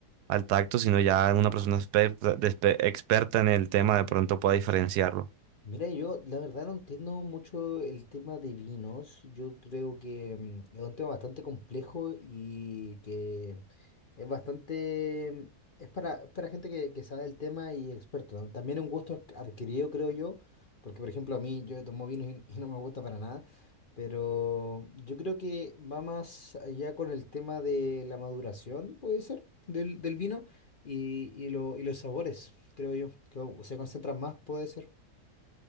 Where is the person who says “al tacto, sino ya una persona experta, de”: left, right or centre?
Right